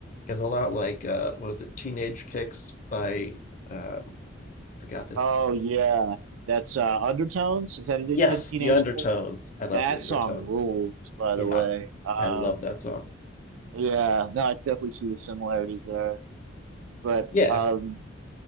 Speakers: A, on the left; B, on the right.
A: is a lot like uh, what is it, Teenage Kicks by um, I forgot this.
B: Oh yeah, that's uh, Undertones. Is that it?
A: Yes,
B: Teen- Teenage
A: The Undertones.
B: Kicks.
A: I love
B: That
A: The Undertones.
B: song rules, by the
A: Yeah,
B: way. Um,
A: I love that song.
B: Yeah, no, I can definitely see the similarities there. But
A: Yeah.
B: um